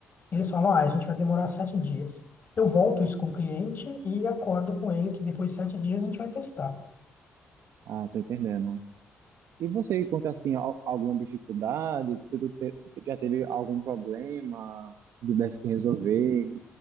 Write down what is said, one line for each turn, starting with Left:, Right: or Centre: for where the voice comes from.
Left: eles falam, ah, a gente vai demorar sete dias. Eu volto isso com o cliente e acordo com ele que depois de sete dias a gente vai testar.
Right: Ah, tô entendendo. E você encontra assim al- alguma dificuldade? Tudo te- já teve algum problema que tivesse que resolver?